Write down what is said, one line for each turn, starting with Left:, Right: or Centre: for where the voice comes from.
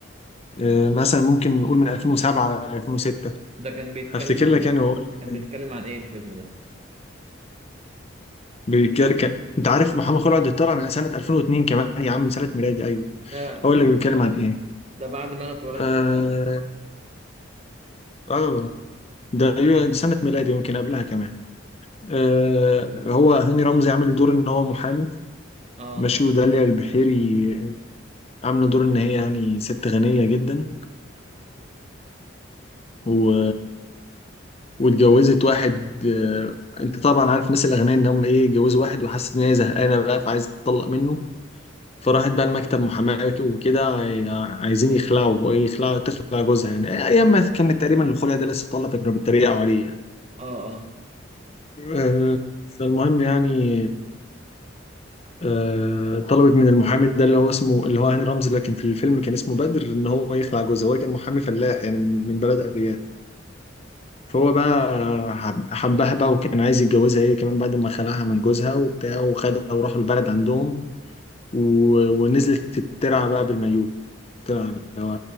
Left: آه، مثلا ممكن نقول من 2007 2006
Right: ده كان بيتكلم
Left: هفتكر
Right: عن
Left: لك يعني وأقول لك
Right: كان
Left: يعني
Right: بيتكلم عن ايه الفيلم ده؟
Left: بيتكلم كان- أنت عارف محمد خلع ده طلع من سنة 2002 كمان يا عم من سنة ميلادي أيوه
Right: آه
Left: هقول لك بيتكلم عن إيه
Right: ده بعد ما انا اتولدت
Left: آه
Right: بسنة
Left: آه ده ده سنة ميلادي يمكن قبلها كمان آه، هو هاني رمزي عامل دور ان هو محامي
Right: <laughs> اه
Left: ماشي وداليا البحيري عامله دور ان هي يعني ست غنيه جدا و... واتجوزت واحد آه، انت طبعا عارف الناس الاغنياء ان هم ايه اتجوزوا واحد وحست ان هي زهقانه بقى فعايزه تطلق منه فراحت بقى المكتب محاماه وكده عاي- عايزين يخلعوا يخلعوا تخلع جوزها يعني آه، ايام ما كانت تقريبا الخلع ده لسه طالع فكانوا بيتريقوا عليه يعني
Right: اه اه
Left: آه، فالمهم يعني آه، طلبت من المحامي ده اللي هو اسمه اللي هو هاني رمزي لكن في الفيلم كان اسمه بدر ان هو يخلع جوزها هو كان محامي فلاح يعني من من بلد ارياف فهو بقى حب- حبها بقى وكان عايز يتجوزها هي كمان بعد ما خلعها من جوزها وبتاع وخدها وراحوا البلد عندهم و... ونزلت الترعه بقى بالمايوه الترعه اللي هو